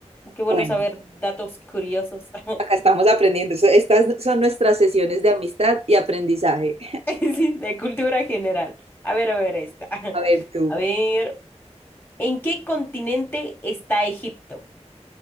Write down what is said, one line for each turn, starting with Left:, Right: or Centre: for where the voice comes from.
Left: qué bueno
Right: Bueno,
Left: saber datos curiosos.
Right: acá
Left: <laughs>
Right: estamos aprendiendo. Estas son nuestras sesiones de amistad y aprendizaje.
Left: Sí, de cultura general. A ver, a ver, esta. <laughs>
Right: A ver tú.
Left: A ver. ¿En qué continente está Egipto?